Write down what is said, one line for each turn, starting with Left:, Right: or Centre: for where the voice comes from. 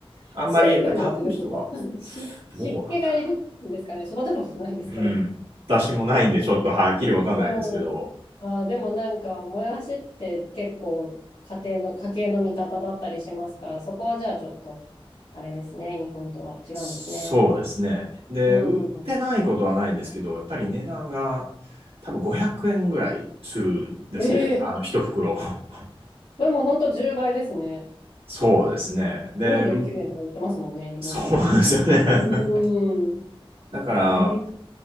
Right: あんまりやっぱり食べる人が
Left: 水分がいるとか、<laughs> し、湿気がいるんですかね。
Right: どうなんだ
Left: 育てたことないですけど。
Right: ろう。うん。私もないんで、ちょっとはっきりわかんないんですけど、
Left: うん。あー、でもなんか、もやしって結構家庭の、家計の味方だったりしますから、そこはじゃあちょっと、あれですね、日本とは違うんですね。
Right: そうですね。で、
Left: うん。
Right: 売ってないことはないんですけど、やっぱり値段が多分500円ぐらいするんですね。
Left: ええ
Right: あの、一袋。<laughs>
Left: それも本当10倍ですね。
Right: そうですね。で、
Left: 49円とか言ってますもんね、
Right: う <laughs>
Left: 日本って。
Right: そうですよね。<laughs>
Left: うん。
Right: だから、
Left: ええ